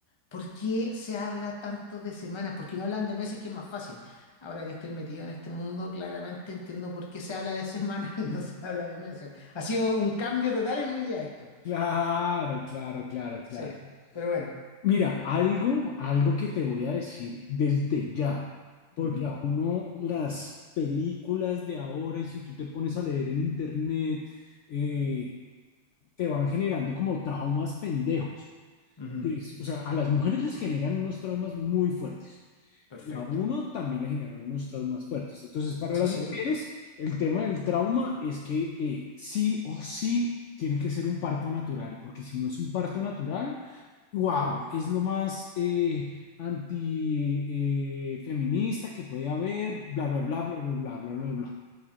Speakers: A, on the left; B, on the left.
A: ¿por qué se habla tanto de semanas? ¿Por qué no hablan de meses que es más fácil? Ahora que estoy metido en este mundo, claramente entiendo por qué se habla de semanas <laughs> y no se habla de meses. Ha sido un cambio total en mi vida esto.
B: Claro, claro, claro,
A: Sí,
B: claro.
A: pero bueno,
B: Mira, algo, algo que te voy a decir desde ya, porque
A: Ujú,
B: a uno las películas de ahora, y si tú te pones a leer en internet, eh, te van generando como traumas pendejos.
A: ujú,
B: Es- O sea, a las mujeres les generan unos traumas muy fuertes
A: Perfecto.
B: y a uno también le generan unos traumas fuertes. Entonces, para
A: sí,
B: las
A: sí,
B: mujeres, el tema del trauma es que eh, sí o sí tiene que ser un parto natural, porque si no es un parto natural, Wow, es lo más eh, antifeminista que puede haber, bla, bla, bla, bla, bla, bla, bla, bla, bla.